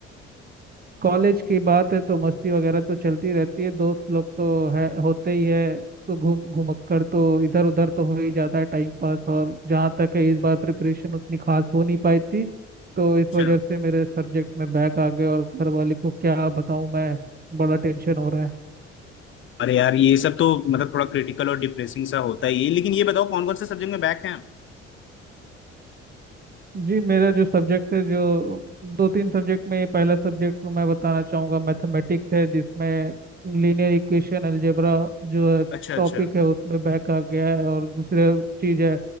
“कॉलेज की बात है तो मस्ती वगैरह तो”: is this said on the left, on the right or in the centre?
Right